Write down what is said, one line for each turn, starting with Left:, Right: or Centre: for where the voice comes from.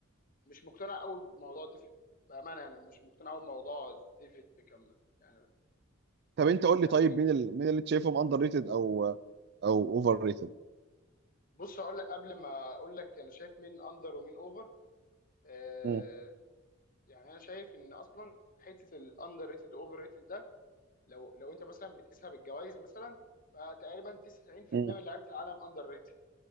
Left: مش مقتنع قوي بموضوع ديفيد بامانه يعني مش مقتنع قوي بموضوع ديفيد بيكهام ده يعني
Right: طب انت قول
Left: يعني
Right: لي طيب مين ال... مين اللي أنت شايفهم اندر ريتد او او اوفر ريتد
Left: بص اقول لك قبل ما اقول لك انا شايف مين اندر ومين اوفر آه
Right: مم.
Left: يعني انا شايف ان اصلا حته الاندر ريتد اوفر ريتد ده لو لو انت مثلا بتقيسها بالجوائز مثلا فتقريبا 90%
Right: مم.
Left: من لعيبه العالم اندر ريتد